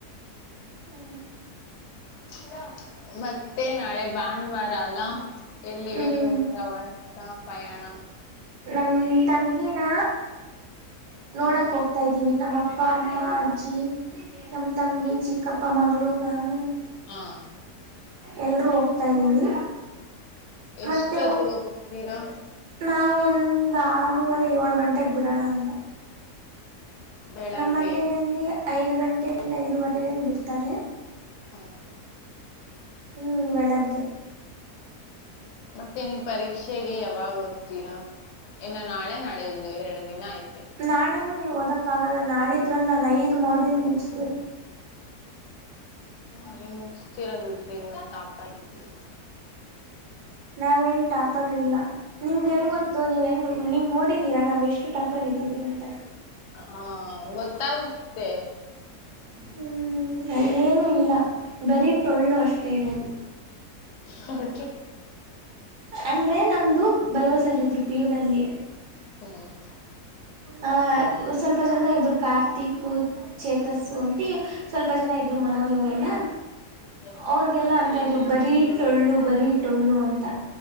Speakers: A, on the right; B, on the left.
A: ಹ್ಮ್
B: ನ <unintelligible> ಮತ್ತೆ ನಾಳೆ ಭಾನುವಾರ ಅಲ್ಲ ಎಲ್ಲಿಗೆ
A: ಹ್ಮ್
B: ನಿಮ ಪ್ರವಾಸ ಪಯಣ
A: ನಮ ತಂಗಿನ ನೋಡಕ್
B: ಹಾ
A: ಹೋಗ್ತಾದೀವಿ ನಮ್ಮ ಅಪ್ಪ ಅಮ್ಮ ಅಜ್ಜಿ ನಮ್ಮ ತಂಗಿ ಚಿಕ್ಕಪ್ಪ ಮಗಳು ನಾನು
B: ಹಾ
A: ಎಲ್ರೂ ಹೋಗ್ತಾ ಇದ್ದೀವಿ
B: ಎಷ್ಟೊತ್ತಿಗೆ
A: ಮತ್ತೆ
B: ಹೋಗ್ತೀರಾ
A: ನಾವು ಒಂದ್ ಆರೂವರೆ ಏಳ್ ಗಂಟೆಗ್ ಬಿಡೋಣ ಅಂತ
B: ಬೆಳಗ್ಗೆ
A: ನಮ್ ಮನೆಯಲ್ಲಿ ಐದ್ ಗಂಟೆಗೆ ಐದುವರೆಗೆ ಬಿಡ್ತಾರೆ
B: ಹಾ
A: ಹ್ಮ್ ಬೆಳಗ್ಗೆ
B: ಮತ್ತೆ ನಿವು ಪರೀಕ್ಷೆಗೆ ಯಾವಾಗ ಓದ್ತೀರಾ ಇನ್ನು ನಾಳೆ ನಡೆಯು ಎರಡು ದಿನ ಆಯ್ತೆ
A: ನಾಳೆನೂ ಓದಕ್ಕಾಗಲ್ಲ ನಾಳಿದ್ರಲ್ಲಿ ನಾನು ಐದು ಮಾಡ್ಯೂಲ್ ಮುಗಿಸಬೇಕು
B: ನೀವು ಮುಗತೀರಾ ಬಿಡ್ರಿ ನೀವು ಟಾಪರ್ ಇದಿರಿ
A: ನಾವೇನ್ ಟಾಪರ್ ಇಲ್ಲ ನಿಮ್ಗೆ ಹೆಂಗ್ ಗೊತ್ತು ನೀವ್ ಹೆಂಗ ನೀವ್ ನೋಡಿದೀರಾ ನಾವ್ ಎಷ್ಟು ಟಾಪ್ಪರ್ ಇದಿರಿ ಅಂತ
B: ಹಾ ಗೊತ್ತಾಗುತ್ತೆ
A: ಹ್ಮ್ ಅಲ್ಲೇನುೂ ಇಲ್ಲ ಬರೀ ಟೊಳ್ಳು ಅಷ್ಟೇ ಇರೋದು
B: ಹೌ
A: ಅಂದ್ರೆ ನಮ್ದು ಬಯೋಸರಿದ್ರು ಪಿಯುನಲ್ಲಿ
B: ಹ್ಮ್
A: ಹಾ ಸ್ವಲ್ಪ ಜನ ಇದ್ರು ಕಾರ್ತಿಕ್ ಚೇತಸ್ಸು ಅಂತಿ ಸ್ವಲ್ಪ ಜನ ಇದ್ರು ಮನೋಜ್ ಅವರೆಲ್ಲ
B: ಮತ್ತೆ
A: ಅವ್ರಗೆಲ್ಲ ಅಂತ
B: ಇನ್ನೇನು
A: ಇದ್ರು ಬರೀ ಟೊಳ್ಳು ಬರೀ ಟೊಳ್ಳು ಅಂತ